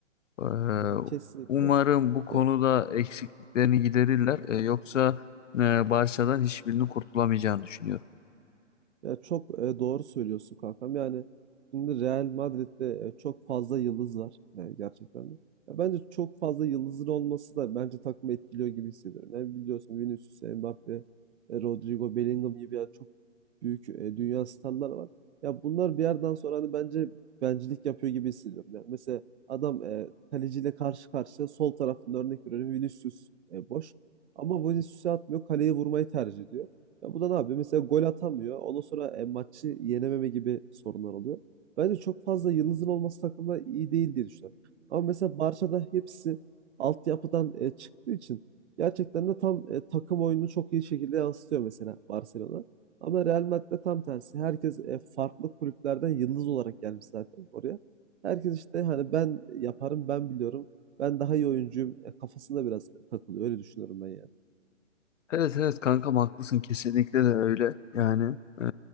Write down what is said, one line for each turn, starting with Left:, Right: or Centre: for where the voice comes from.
Left: E,
Right: Ya kesinlikle.
Left: umarım bu konuda
Right: Ya
Left: eksikliklerini giderirler. E, yoksa e, Barça'dan hiçbirini kurtulamayacağını düşünüyorum.
Right: Ya çok e, doğru söylüyorsun kankam. Yani şimdi Real Madrid'de e, çok fazla yıldız var. Yani gerçekten de. Ya bence çok fazla yıldızın olması da bence takımı etkiliyor gibi hissediyorum. Yani biliyorsun Vinicius, Mbappe, e, Rodrigo, Bellingham gibi yani çok büyük e, dünya starları var. Ya bunlar bir yerden sonra hani bence bencilik yapıyor gibi hissediyorum. Yani mesela adam e, kaleciyle karşı karşıya sol tarafında örnek veriyorum Vinicius e, boş. Ama Vinicius'u atmıyor, kaleye vurmayı tercih ediyor. Ya bu da ne yapıyor? Mesela gol atamıyor. Ondan sonra e, maçı yenememe gibi sorunlar oluyor. Bence çok fazla yıldızın olması takımda iyi değil diye düşünüyorum. Ama mesela Barça'da hepsi altyapıdan e, çıktığı için gerçekten de tam e, takım oyununu çok iyi şekilde yansıtıyor mesela Barcelona. Ama Real Madrid'de tam tersi. Herkes e, farklı kulüplerden yıldız olarak gelmiş zaten oraya. Herkes işte hani ben yaparım, ben biliyorum, ben daha iyi oyuncuyum e, kafasında biraz takılıyor. Öyle düşünüyorum ben yani.
Left: Evet evet kankam haklısın kesinlikle de öyle yani eee,